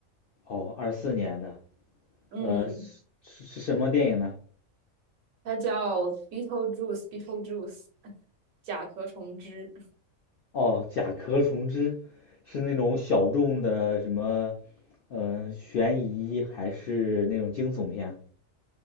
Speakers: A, on the left (about 65°); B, on the right (about 75°).
A: 哦，二四年的，
B: 嗯，
A: 呃，是是是什么电影呢？
B: 它叫《Beetlejuice》，Beetlejuice，甲壳虫之。
A: 哦，《甲壳虫之》，是那种小众的什么，嗯，悬疑还是那种惊悚片？